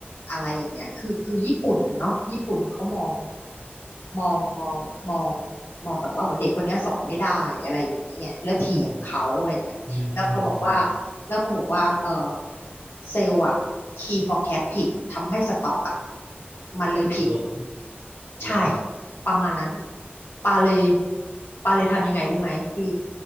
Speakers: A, on the left; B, on the right.
A: อะไรอย่างเงี้ยคือคือญี่ปุ่นนะเนาะญี่ปุ่นเขามองมองมองมองมองแบบว่าเหมือนเด็กคนนี้ยสอนไม่ได้อะไรอย่างเงี้ยแล้วเถียงเขาอะไรเงี้ยแล้วพอบอกว่า
B: อืมอืมอืม
A: แล้วพอบอกว่าเออเซลล์อะ key forecast ผิดทำให้สต็อกอะมันเลยผิด
B: ล้น
A: ใช่
B: ล้น
A: ประมาณนั้นปาเลยปาเลยทำยังไงรู้ไหมพี่